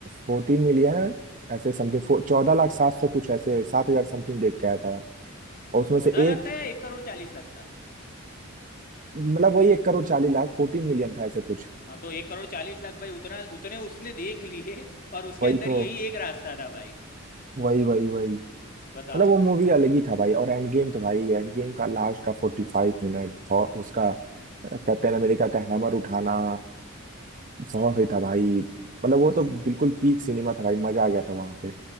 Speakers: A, on the right; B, on the left.
A: फोर्टीन मिलियन ऐसे समथिंग चौदह लाख सात सौ कुछ ऐसे सात हजार समथिंग देख के आया था
B: हाँ
A: और उसमें
B: चौदह
A: से
B: लाख
A: एक
B: था या एक करोड़ चालीस लाख था
A: मतलब वही एक करोड़ चालीस लाख फोर्टीन मिलियन था ऐसे कुछ
B: हाँ तो एक करोड़ चालीस लाख भाई उतना उतने उसने देख लिए और उसके
A: वही
B: अंदर
A: तो
B: यही एक रास्ता था भाई
A: वही वही वही
B: बताओ
A: मतलब वो मूवी अलग ही था भाई और एंड गेम
B: हाँ
A: तो भाई एंड गेम का लास्ट का फोर्टी फाइव मिनट और
B: हाँ
A: उसका कैप्टन अमेरिका का हैमर उठाना बहुत सही
B: हाँ
A: था भाई मतलब वो तो
B: हाँ
A: बिल्कुल पीक सिनेमा था भाई मजा आ गया था वहां पे